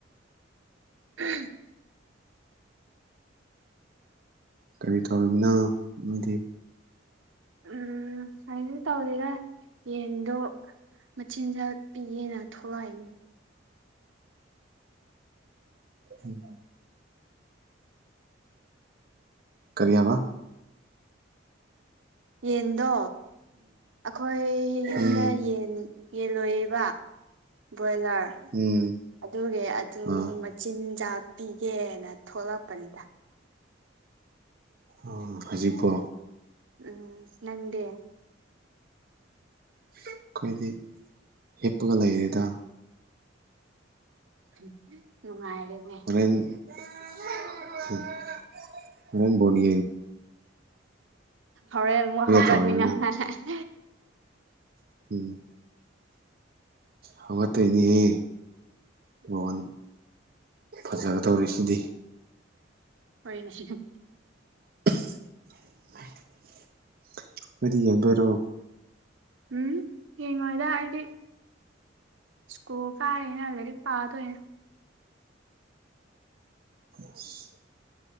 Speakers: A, on the right; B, on the right.
A: ꯎꯝ
B: ꯀꯔꯤ ꯊꯧꯔꯝꯃꯤꯅ ꯑꯃꯗꯤ
A: ꯎꯝ ꯁꯨꯃꯥꯏ ꯇꯧꯔꯒ ꯌꯦꯟꯗꯣ ꯃꯆꯤꯟꯖꯥꯛ ꯄꯤꯒꯦꯅ ꯊꯣꯛꯂꯛꯏꯅꯦ
B: ꯎꯝ ꯀꯔꯤꯌꯥꯕ
A: ꯌꯦꯟꯗꯣ ꯑꯩꯈꯣꯏ ꯌꯨꯝꯗ
B: ꯎꯝ
A: ꯌꯦꯟ ꯌꯦꯟꯂꯣꯏꯌꯦꯕ ꯕꯣꯏꯂꯔ
B: ꯎꯝ
A: ꯑꯗꯨꯒꯤ ꯑꯗꯨ
B: ꯑ
A: ꯆꯤꯟꯖꯥꯛ ꯄꯤꯒꯦꯅ ꯊꯣꯛꯂꯛꯄꯅꯤꯗ
B: ꯎ ꯍꯧꯖꯤꯛꯄꯣ
A: ꯎꯝ ꯅꯪꯗꯦ
B: ꯑꯩꯈꯣꯏꯗꯤ ꯍꯤꯞꯄꯒ ꯂꯩꯔꯦꯗ
A: ꯎꯝ ꯎꯝꯉꯥꯏꯔꯃꯦ
B: ꯦꯟꯣꯔꯦꯟ ꯣꯅꯤ
A: ꯍꯣꯔꯦꯟ ꯑꯃꯨꯛ ꯍꯧꯒꯠꯅꯤꯡꯉꯥꯏ
B: ꯇꯧꯔꯤꯅꯦ ꯎꯝ ꯍꯉ ꯇꯣꯏꯅꯤꯍꯦ ꯃꯣꯟ ꯐꯖꯒꯗꯧꯔꯤ ꯁꯤꯗꯤ
A: ꯍꯣꯏꯅꯤ ꯁꯤ ꯈꯦ
B: <inaudible> ꯅꯣꯏꯗꯤ ꯌꯦꯡꯗꯣꯏꯔꯣ
A: ꯎꯝ ꯍꯉꯣꯏꯗ ꯍꯥꯏꯗꯤ ꯁꯀꯨꯜ ꯀꯥꯏꯩꯅꯔꯤ ꯄꯥꯗ ꯑꯣꯏꯅ
B: ꯈꯁ